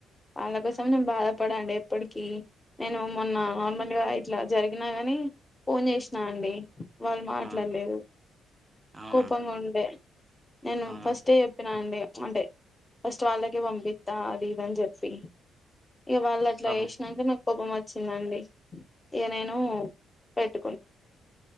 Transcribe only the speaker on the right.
ఆ! అవునా
అవునా
పాపం